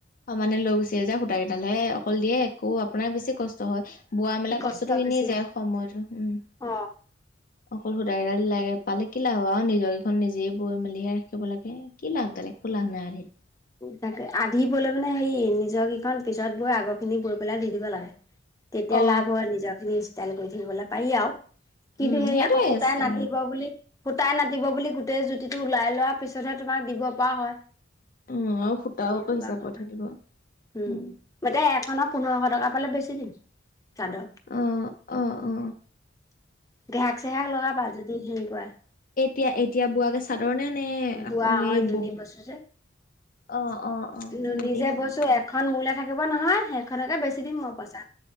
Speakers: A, on the left; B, on the left.
A: সমানে লৈ গুচিয়ে যায়। সূতা কেইডাল হে অকল দিয়ে একো আপোনাৰ বেছি কষ্ট হয়। বোৱা-মেলা
B: কষ্ট
A: কষ্টটো
B: বেছি
A: এনেই যায় সময়টো, উম।
B: অ
A: অকল সুতা কেইডাল লাগে পালে কি লাভ হ'ব? আৰু নিজৰকেইখন নিজেই বৈ মেলিহে ৰাখিব লাগে। কি লাভ ভাল একো লাভ নাই।
B: তাকে আধি বোলে মানে হেৰি নিজৰকেইখন পিছত বৈ আগৰখিনি বৈ পেলাই দি দিব লাগে। তেতিয়া
A: অ
B: লাভ হয় নিজৰখিনি ষ্টাইল কৰি থাকিবলৈ পাৰি আৰু। কিন্তু
A: উম
B: হেৰী
A: সেইটোৱে
B: আকৌ সুতাই
A: ষ্টেণ্ডাৰ্ড।
B: নাতিব বুলি। সুতাই নাটিব বুলি গোটেই জুতিটো ওলাই লোৱাৰ পিছতহে তোমাক দিব পৰা হয়।
A: উম আৰু সূতাও
B: উম,
A: আকৌ হিচাপতহে দিব উম।
B: এতিয়া এখনৰ পোন্ধৰশ টকা পালে বেচি দিম, চাদৰ।
A: অ অ অ
B: গেহাক চেহাক লগাবা, যদি হেৰি কৰা।
A: তিয়া- এতিয়া বোৱাকে চাদৰ নে- নে
B: বোৱা
A: আকৌ
B: অ'
A: এই
B: নুনী
A: বব
B: বৈছো যে।
A: অ' - অ' - অ'
B: নুনী
A: নুনি
B: যে
A: -
B: বৈছো
A: নুনি - নুনি
B: এখন মোলে থাকিব নহয়, সেইখনকে বেচি দিম মই পইচা।